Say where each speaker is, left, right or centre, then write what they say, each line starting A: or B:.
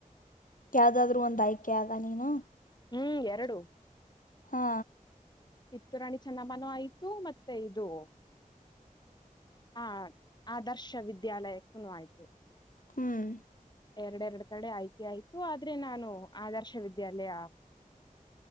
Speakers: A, on the left; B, on the left.
A: ಯಾವ್ದಾದ್ರು ಒಂದ್ ಆಯ್ಕೆ ಆಗ ನೀನು
B: ಹ್ಮ್ ಎರಡು
A: ಹಾ
B: ಇತ್ತು ರಾಣಿ ಚೆನ್ನಮನ ಆಯ್ತು ಮತ್ತೆ ಇದು ಆ ಆದರ್ಶ ವಿದ್ಯಾಲಯ ಕುನ ಆಯ್ತು
A: ಹ್ಮ್
B: ಎರಡೆರಡ್ ಕಡೆ ಆಯ್ತಿ ಆಯ್ತು ಆದ್ರೆ ನಾನು ಆದರ್ಶವಿದ್ಯಾಲಯ